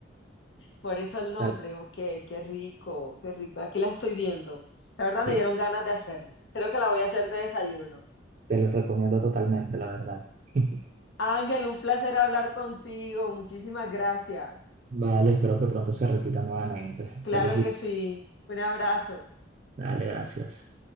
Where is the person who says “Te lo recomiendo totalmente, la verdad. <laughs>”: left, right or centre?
Right